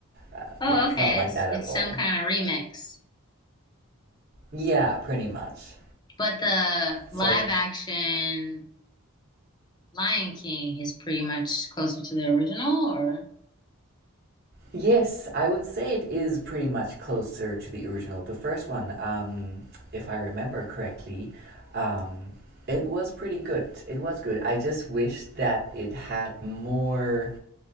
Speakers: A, on the right; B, on the left.
A: Uh,
B: Oh,
A: yeah, it's
B: okay.
A: not like
B: It's
A: that at
B: it's
A: all.
B: some kind of remix.
A: Yeah, pretty much.
B: But the
A: It's
B: live
A: like
B: action Lion King is pretty much closer to the original or?
A: Yes, I would say it is pretty much closer to the original. The first one, um, if I remember correctly, um, it was pretty good. It was good. I just wish that it had more,